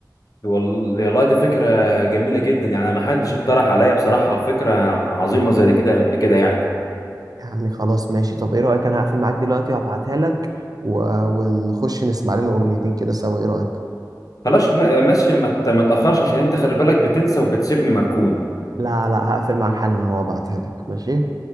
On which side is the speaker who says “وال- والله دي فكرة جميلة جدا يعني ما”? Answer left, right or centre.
Left